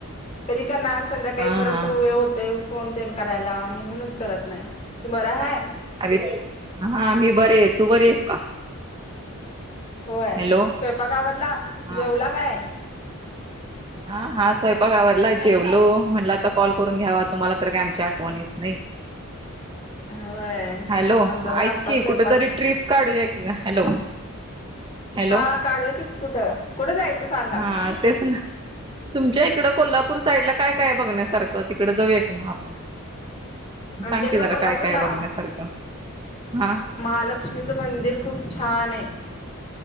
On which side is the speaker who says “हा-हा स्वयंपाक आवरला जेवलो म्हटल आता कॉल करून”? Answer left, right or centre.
Right